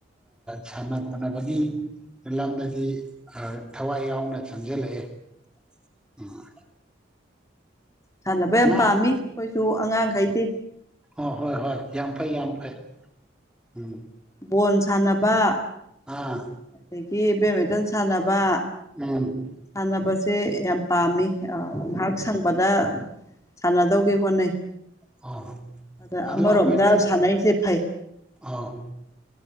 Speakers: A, in the centre; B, on the left.
A: ꯁꯥꯟꯅ ꯈꯣꯠꯅꯕꯒꯤ ꯂꯝꯗꯗꯤ ꯊꯋꯥꯏ ꯌꯥꯎꯅ ꯆꯪꯁꯤꯜꯂꯛꯑꯦ <unintelligible>
B: ꯁꯥꯟꯅꯕ
A: ꯑꯉꯥꯡ
B: ꯌꯥꯝ ꯄꯥꯝꯃꯤ ꯑꯈꯣꯏꯁꯨ ꯑꯉꯥꯡꯈꯩꯗꯤ
A: ꯍꯣ ꯍꯣꯏ ꯍꯣꯏ ꯌꯥꯝ ꯐꯩ ꯌꯥꯝ ꯐꯩ ꯎꯝ
B: ꯕꯣꯟ ꯁꯥꯟꯅꯕ
A: ꯑꯥ
B: ꯑꯗꯒꯤ ꯕꯦꯠꯃꯤꯇꯟ ꯁꯥꯟꯅꯕ
A: ꯎꯝ
B: ꯁꯥꯟꯅꯕꯁꯦ ꯌꯥꯝ ꯄꯥꯝꯃꯤ <unintelligible> ꯉꯥꯍꯥꯛ ꯁꯪꯕꯗ ꯁꯥꯟꯅꯗꯧꯒꯤ ꯍꯣꯠꯅꯩ
A: <unintelligible>
B: ꯑꯗ
A: ꯑꯗꯣ
B: ꯑꯃꯔꯣꯝꯗ
A: ꯑꯩꯈꯣꯏꯅ
B: <unintelligible> ꯐꯩ
A: ꯑꯥꯎ